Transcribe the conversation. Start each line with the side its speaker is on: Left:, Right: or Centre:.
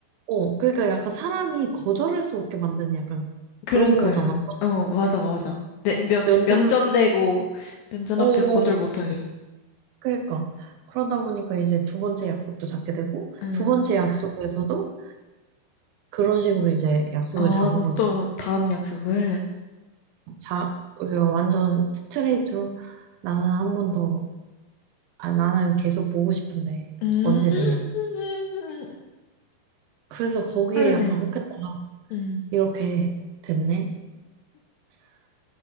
Right: 어, 그러니까 약간 사람이 거절할 수 없게 만드는 약간
Left: 그러니까요.
Right: 그런 거잖아. 사실.
Left: 어, 맞아, 맞아. 네, 면,
Right: 연대면,
Left: 면전되고, 면전
Right: 어,
Left: 앞에 거절 못하게.
Right: 그러니까. 그러다 보니까 이제 두 번째 약속도 잡게 되고,
Left: 응.
Right: 두 번째 약속에서도 그런 식으로 이제 약속을
Left: 어,
Right: 잡은
Left: 나또
Right: 거지.
Left: 다음 약속을.
Right: 자, 그냥 완전 스트레이트로 나는 한 번 더, 아, 나는 계속 보고 싶은데
Left: 음,
Right: 언제
Left: <laughs>
Right: 되냐. 그래서 거기에
Left: 할래.
Right: 약간 혹했다가
Left: 음.
Right: 이렇게 됐네.